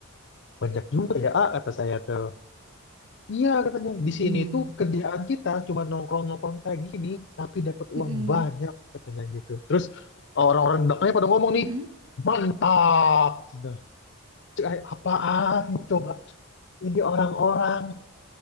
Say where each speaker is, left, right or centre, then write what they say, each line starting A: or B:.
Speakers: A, on the left; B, on the right.
A: Banyak juga ya A kata saya tuh. Iya katanya
B: Mm-mm.
A: di sini tuh kerjaan kita cuma nongkrong-nongkrong kayak gini tapi dapat
B: Mm-mm.
A: uang banyak katanya gitu. Terus orang-orang di belakangnya pada ngomong
B: Mm-mm.
A: nih mantap. Nah, kayak apaan itu coba? Ini orang-orang